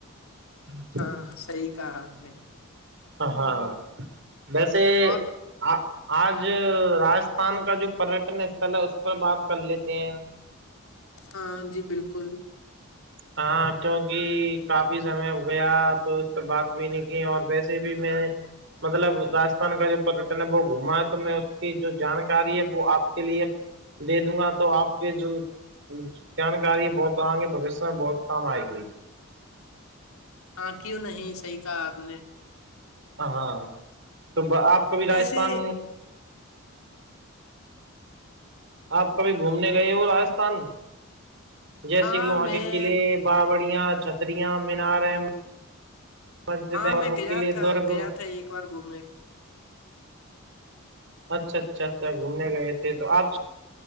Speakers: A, on the right (about 55°); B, on the left (about 80°).
A: <unintelligible>
B: ہاں صحی کہا اپ نے
A: ہاں ہاں ویسے
B: اور
A: آ آج راجستھان کا جو پریٹن اسھل ہے اس پر بات کر لیتے ہیں
B: ہاں جی بالکل
A: ہاں کیوںکہ کافی سمے گیا تو اس پ بات بھی نہیں کی اور وس بھی میں نے مطلب رجستھان کا جو پٹن ہے وہ گھوما ہے تو میں کی جو جانکاری ہے وہ آپ کے لیے دے دوں گا تو آپ کے جو جانکاری بہت آئیں گے ب بہت کم آئے گی
B: ہاں کیوں نہیں صحیح کہا آپ نے
A: ہ ہاں تو آپ کو بھیھی راجستھان
B: ایسے
A: آپ کبھی گھومنے گئے ہو راجستھان جیسے
B: ہاں
A: کہ وہاں
B: میں
A: کے قلعے باابڑیاں چھتریاں میناریں مسجدہ
B: ہاں
A: اور
B: میں
A: رکی
B: گیا
A: لیے
B: تھا
A: دورگو
B: گیا تھا ایک بار گھومنے
A: اچھا اچھا اچھا گھومنے گئے تھے تو آپ